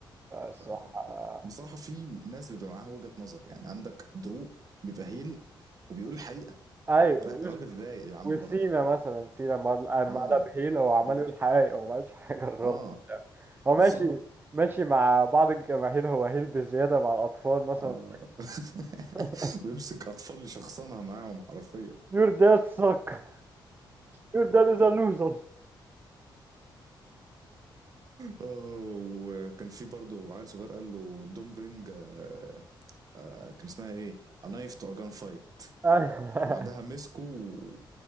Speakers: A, on the right; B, on the right.
A: صح
B: ف
A: آه.
B: بصراحة في ناس بيبقى معاها وجهة نظر يعني عندك دروق بيبقى هيل وبيقول الحقيقة
A: ايوه
B: را-
A: مش-
B: راجل رايق يا عم
A: وسينا
B: برضه
A: مثلا سينا مر- لما
B: اه
A: قلب هيل هو عمال
B: برضه
A: يقول حقائق هو ما قالش حاجه غلط
B: اه
A: هو ماشي
B: بالظبط
A: بص ماشي مع بعض الجماهير هو هيل بزياده مع الاطفال مثلا
B: اه <laughs>
A: <laughs>
B: بيمسك اطفال يشخصنها معاهم حرفيا <laughs>
A: Your dad suck Your dad is a loser
B: اه وكان في برضه عيل صغير قال له دون برينج آه آه كان اسمها ايه A knife to a gun fight
A: <laughs>
B: وبعدها مسكه